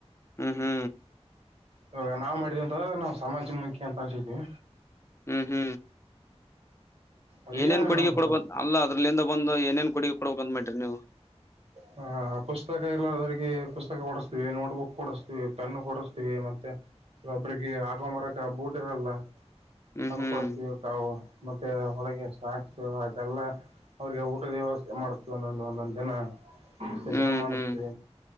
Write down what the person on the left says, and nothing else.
ಹೂ ಹೂ
ಹೂ ಹೂ
ಏನೇನ್ ಕೊಡುಗೆ
ಕೊಡ
ಬಂದ ಅಲ್ಲ ಅದ್ರಲಂದ ಬಂದು ಏನೇನ್ ಕೊಡುಗೆ ಕೊಡ್ಬೇಕಂತ ಮಾಡ್ರಿ ನೀವು
ಹ್ಮ್
ಹ್ಮ್
ಹ್ಮ್
ಹ್ಮ್